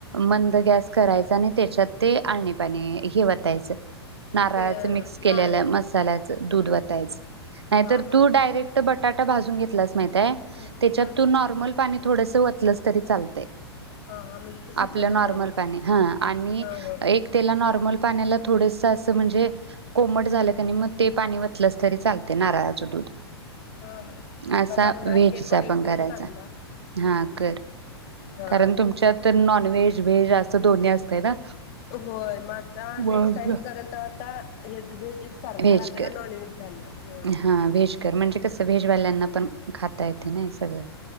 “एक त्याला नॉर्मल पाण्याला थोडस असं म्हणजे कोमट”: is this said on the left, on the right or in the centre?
Right